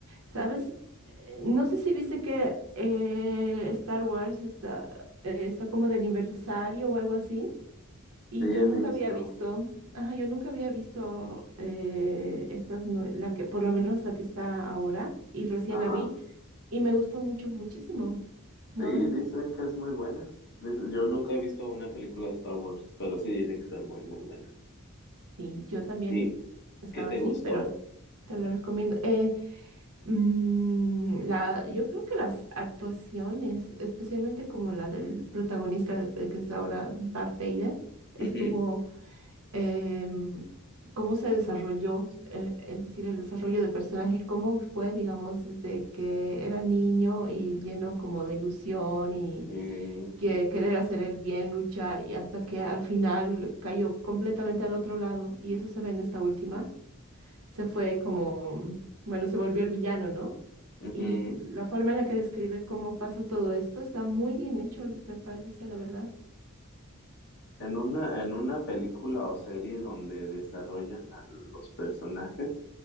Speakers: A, on the right (about 75°); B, on the left (about 50°).
A: ¿sabes? Eh, No sé si viste que eh, Star Wars está, eh, está como de aniversario o algo así, y
B: Sí, he
A: yo nunca
B: visto.
A: había visto, ajá, yo nunca había visto eh, estas, nue- la que, por lo menos la que está ahora, y recién
B: Ajá.
A: la vi, y me gustó mucho, muchísimo. No,
B: Sí,
A: n-
B: dicen que es muy buena. Dice- yo nunca he visto una película de Star Wars, pero sí dicen que son muy, muy buenas.
A: sí, yo también
B: ¿Y
A: estaba
B: qué te
A: así,
B: gustó?
A: pero te lo recomiendo. Eh, Mm, la, yo creo que las actuaciones, especialmente como la del protagonista, eh, que es ahora Darth Vader, estuvo,
B: Ujú,
A: em, cómo se desarrolló, eh, es decir, el desarrollo del personaje, cómo fue, digamos, desde que era niño y lleno como de ilusión y
B: mm,
A: que querer hacer el bien, luchar, y hasta que al final cayó completamente al otro lado, y eso se ve en esta última, se fue como, mm, bueno, se volvió el villano, ¿no?
B: ujú.
A: Y la forma en la que describe cómo pasa todo esto está muy bien hecho, me parece, la verdad.
B: En una, en una película o serie donde desarrollan a los personajes,